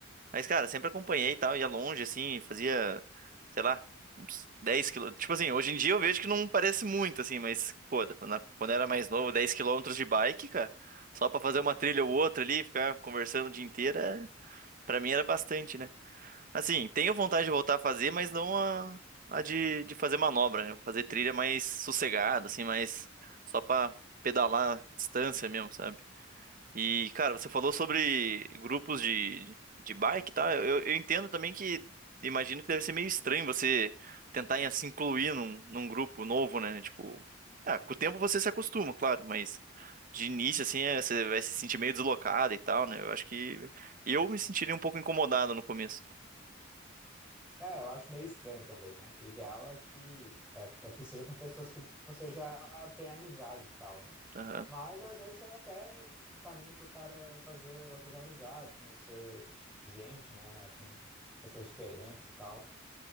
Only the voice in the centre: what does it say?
É, eu acho meio estranho também, né? O ideal é que é, é que seja com pessoas que você já tem amizade e tal, né?
Mas às vezes é até um caminho para o cara fazer outras amizades, conhecer gente, né? Assim, pessoas diferentes e tal.